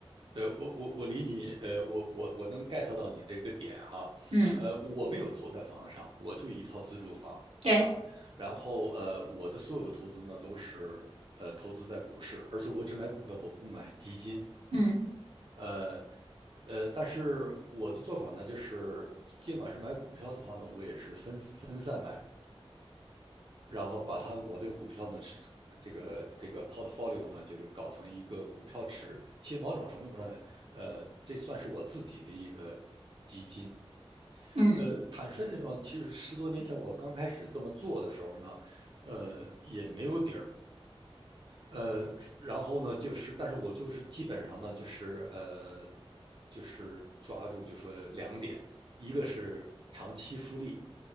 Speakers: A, on the right; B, on the right.
A: 对我我我理你，呃，我我我能 get 到你这个点哈，
B: 嗯，
A: 呃，我没有投在房子上，我就一套自住房啊，
B: 对，
A: 然后呃，我的所有的投资呢都是呃投资在股市，而且我只买股票，我不买基金，
B: 嗯
A: 呃呃，但是我的做法呢就是，尽管是买股票的话呢，我也是分分散买，然后把它我的股票呢是这个这个 portfolio 呢，就是搞成一个股票池。其实某种程度上，呃，这算是我自己的一个基金。
B: 嗯，
A: 呃，坦率地说，其实十多年前我刚开始这么做的时候呢，呃，也没有底儿。呃，然后呢，就是但是我就是基本上呢，就是呃，就是抓住就说两点，一个是长期复利，